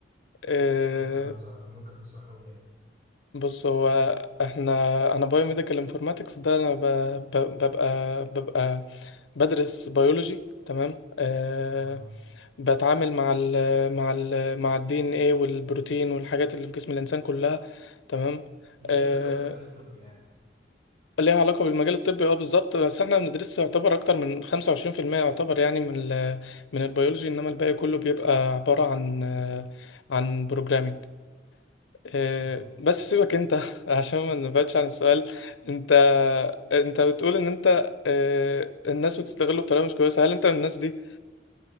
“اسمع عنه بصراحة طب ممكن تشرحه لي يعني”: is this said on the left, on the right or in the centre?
Right